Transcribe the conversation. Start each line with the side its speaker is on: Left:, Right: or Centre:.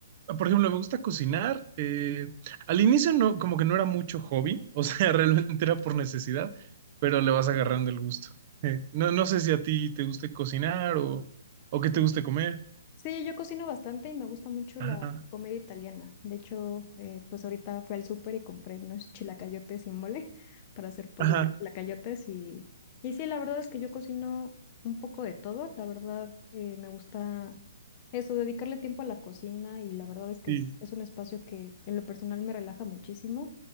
Right: por ejemplo, me gusta cocinar. eh, al inicio no, como que no era mucho hobby, o sea, <laughs> realmente era por necesidad, pero le vas agarrando el gusto. Eh, no, no sé si a ti te guste cocinar o, o qué te guste comer.
Left: Sí, yo cocino bastante y me gusta mucho
Right: Ajá.
Left: la comida italiana. De hecho, eh, pues ahorita fui al súper y compré unos chilacayotes y mole <laughs> para hacer pollo
Right: Ajá,
Left: con chilacayotes y, y sí, la verdad es que yo cocino un poco de todo. La verdad, eh, me gusta eso, dedicarle tiempo a la cocina y la verdad es que
Right: sí,
Left: es, es un espacio que en lo personal me relaja muchísimo